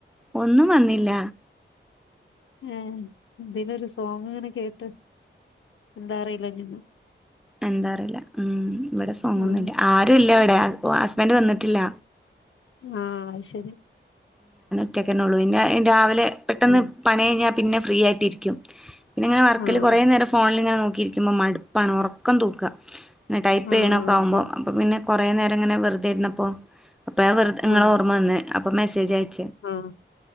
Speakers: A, in the centre; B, on the left (about 75°).
A: ഒന്നും വന്നില്ല
B: ഏ എന്തേലൊരു സോങ് ഇങ്ങനെ കേട്ട് എന്താ അറിയില്ല <unintelligible>
A: എന്താറിയില്ല ഉം ഇവിടെ സോങ്ഒന്നുല്ല്യ
B: ആഹ്
A: ആരും ഇല്ലാവിടെ ഓ ഹസ്ബൻഡ് വന്നിട്ടില്ല
B: ആഹ് ശരി
A: ഉറ്റക്കനെ ഉള്ളു പിന്നെ രാവിലെ പെട്ടെന്ന്
B: ആഹ്
A: പണി കഴിഞ്ഞാൽ പിന്നെ ഫ്രീ ആയട്ടിരിക്കും പിന്നെ ഇങ്ങനെ വർക്കിൽ
B: ആഹ്
A: കുറേ നേരംഫോണിൽ ഇങ്ങനെ നോക്കിയിരിക്കുമ്പൾ മടുപ്പാണ് ഉറക്കം തൂക്കുക ടൈപ്പ്ണെആകുമ്പോ
B: ആഹ് അത് ശരി
A: അപ്പൊ പിന്നെ കുറേ നേം ഇങ്ങനെ വെറുതൊയിരുന്നപ്പോ അപ്പോ ആ വെറെ നിങ്ങെളെ
B: ആഹ്
A: ഓർമ്മ വന്നന്ന് അപ്പൊ മെസ്സേജ് <unintelligible>
B: ആഹ്